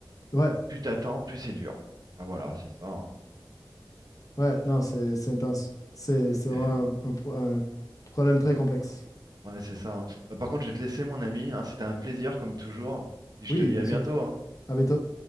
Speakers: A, on the left; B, on the right.
A: <laughs> Ouais.
B: Et plus t'attends, plus c'est dur. Ah, voilà, c'est ça. hein.
A: Ouais, non, c'est c'est intense. C'est c'est
B: Mais.
A: vraiment un, un pro- un problème très complexe.
B: Ouais, c'est ça. hein. Bah, par contre, je vais te laisser, mon ami. hein. C'était un plaisir, comme toujours. Puis je
A: Oui,
B: te dis
A: bien
B: à
A: sûr.
B: bientôt. hein.
A: À bientôt.